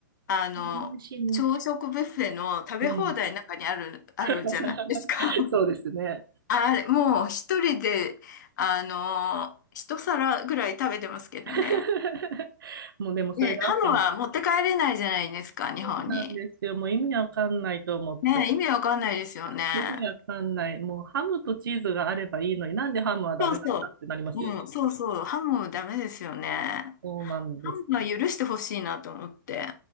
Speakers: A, on the left (about 60°); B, on the right (about 85°).
A: あの、
B: でも美味しいね。
A: 朝食ビュッフェの食べ放題の中にある、
B: うん。
A: あるじゃないですか。
B: <laughs>
A: <laughs>
B: そうですね。
A: あれ、もう一人で、あの一皿ぐらい食べてますけどね。
B: <laughs> もうでもそれで合ってる。
A: ね、ハムは持って帰れないじゃないですか、日本に。
B: そうなんですよ。もう意味わかんないと思って。
A: ね、意味わかんないですよね。
B: <laughs> 意味わかんない。もうハムとチーズがあればいいのになんでハムはダメなんだってなりますよね。
A: そうそう。うん、そうそう。ハムダメですよね。
B: そうなんです。
A: ハムは許してほしいなと思って。